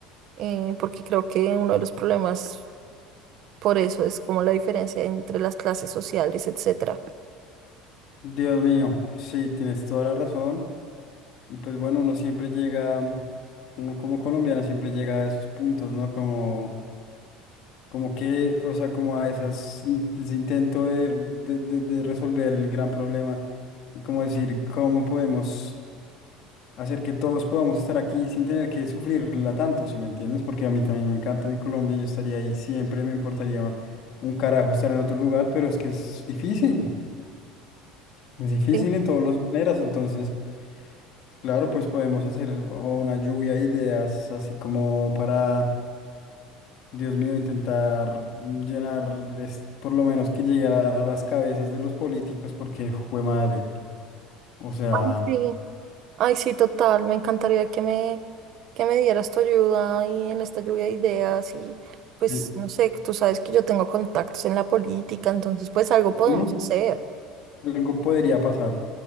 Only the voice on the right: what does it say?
eh, porque creo que uno de los problemas por eso es como la diferencia entre las clases sociales, etcétera.
Sí.
Ay, sí. Ay, sí, total, me encantaría que me, que me dieras tu ayuda y en esta lluvia de ideas y pues
no sé, tú sabes que yo tengo contactos en la política, entonces pues algo podemos
hacer.